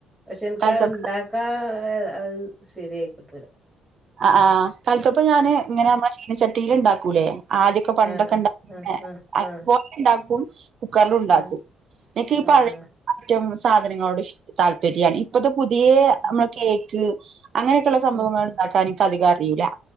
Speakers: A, in the centre; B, on the right.
A: പക്ഷെ എനിക്കതുണ്ടാക്കാ
B: ആഹ്
A: അത് ശരിയായി കിട്ടൂല
B: അ ആഹ് കലത്തപ്പം ഞാന് ഇങ്ങനെ നമ്മ ചീനിച്ചട്ടിയിലിണ്ടാക്കൂലേ ആദ്യൊക്കെ പണ്ടൊക്കിണ്ടാ
A: ആഹ് ആഹ് ആഹ്
B: അ
A: ആഹ്
B: പോയി ഇണ്ടാക്കും കുക്കർലുണ്ടാക്കും.
A: ആഹ്
B: എനിക്കീപഴയ
A: ആഹ്
B: മറ്റും സാധനങ്ങളോടു ഇഷ്ട്ടാ താല്പര്യാണെ ഇപ്പത്തെ പുതിയ
A: ആഹ്
B: നമ്മടെ കേക്ക് അങ്ങനെക്കിള്ള സംഭവങ്ങളുണ്ടാക്കാൻ
A: ഉം
B: എനിക്കധികറിയില്ല.